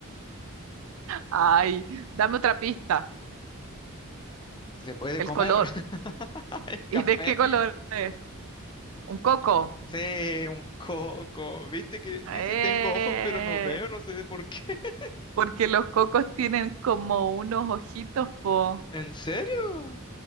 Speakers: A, on the right (about 75°); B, on the left (about 20°).
A: Ay, dame otra pista.
B: Se puede
A: El
B: comer.
A: color.
B: <laughs> El café.
A: ¿Y de qué color es? Un coco.
B: Sí, un coco. ¿Viste que dice
A: Eh,
B: tengo ojos pero no veo? No sé por qué. <laughs>
A: porque los cocos tienen como unos ojitos, po.
B: ¿En serio?